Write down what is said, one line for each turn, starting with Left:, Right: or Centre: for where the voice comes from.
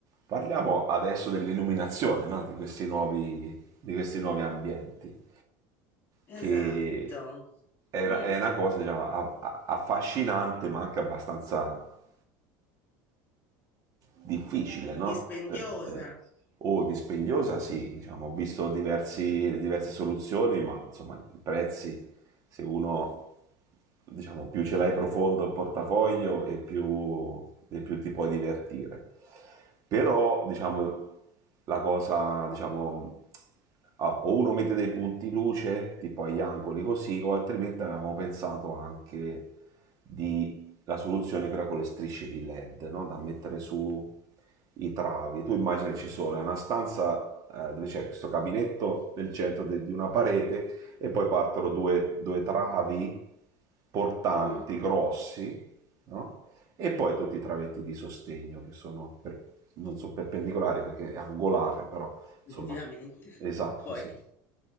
Right: Parliamo adesso dell'illuminazione, no? di, questi nuovi, di questi nuovi ambienti, che
Left: Esatto.
Right: è,
Left: Mh.
Right: la- è una cosa diciamo, a- a- affascinante ma anche abbastanza difficile, no?
Left: Dispendiosa.
Right: Per- eh, o dispendiosa, sì, diciamo, ho visto diversi- diverse soluzioni, ma insomma i prezzi se uno diciamo più ce l'hai profondo il portafoglio e più, e più ti puoi divertire. Però diciamo la cosa, diciamo, ah, o uno mette dei punti luce tipo agli angoli così, o altrimenti avevamo pensato anche di la soluzione che era con le strisce di LED, no? da mettere su i travi. Tu immagini ci sono, è una stanza eh, dove c'è questo gabinetto nel centro de- di una parete e poi partono due, due travi portanti,
Left: Mh-mh.
Right: grossi, no? e poi tutti i travetti di sostegno che sono, per- non sono perpendicolari perché è angolare, però insomma,
Left: Ovviamente.
Right: esatto,
Left: Poi
Right: sì.
Left: è